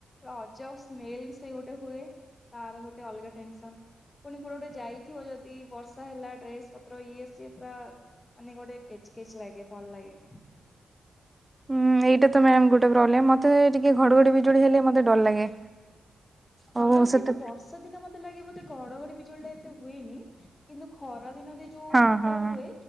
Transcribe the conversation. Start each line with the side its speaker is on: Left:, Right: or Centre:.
Left: ଅଜବ ସ୍ମେଲ ସେ ଗୋଟେ ହୁଏ ତାର ଗୋଟେ ଅଲଗା ଟେନସନ। ପୁଣି ଗୋଟେ ଗୋଟେ ଯାଇଥିବ ଯଦି ବର୍ଷା ହେଲା ଡ୍ରେସ ପତ୍ର ଇଏ ସିଏ ପୁରା ମାନେ ଗୋଟେ କେଚ୍ କେଚ୍ ଲାଗେ ଭଲ ଲାଗେନି।
Right: ହୁଁ। ହୁଁ ଏଇଟା ତ ମ୍ୟାମ ଗୋଟେ ପ୍ରୋବ୍ଲେମ ମତେ ଟିକେ ଘଡଘଡି ବିଜୋଡି ହେଲେ ମତେ ଡର ଲାଗେ।
Left: ହଁ
Right: ଓ
Left: ମ୍ୟାମ
Right: ସେତେ
Left: କିନ୍ତୁ ବର୍ଷା ଦିନ ମତେ ଲାଗିବତେ ଘଡଘଡି ବିଜୁଳି ଟା ଏତେ ହୁଏନି କିନ୍ତୁ ଖରା ଦିନରେ ଯୋଉଟା
Right: ହଁ ହଁ
Left: ହୁଏ